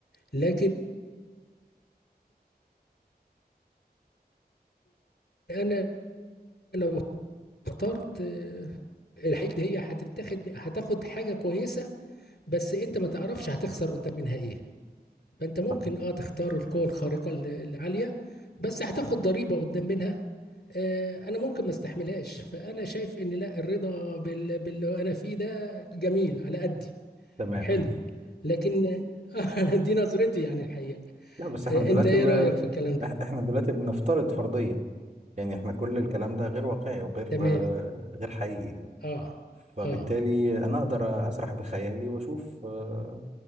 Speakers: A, on the left (about 75°); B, on the right (about 45°).
A: لكن انا لو اخترت آه، الحقيقه دي هي هتتاخد هتاخد حاجه كويسه بس انت ما تعرفش هتخسر قدام منها ايه فانت ممكن
B: صح.
A: اه تختار القوة الخارقة ال- العالية بس هتاخد ضريبة قدام منها آه انا ممكن ما استحملهاش فانا شايف ان لا الرضا بال... باللي انا فيه ده جميل على قدي
B: تمام
A: حلو
B: <laughs>
A: لكن <laughs> دي نظرتي يعني الحقيقة
B: لا بس
A: آه
B: احنا دلوقتي
A: انت ايه
B: ب...
A: رأيك في الكلام ده
B: إح- احنا دلوقتي بنفترض فرضية يعني احنا كل الكلام ده غير واقعي وغير
A: تمام
B: آه، غير حقيقي
A: اه
B: فبالتالي
A: اه
B: انا اقدر اسرح بخيالي واشوف آه،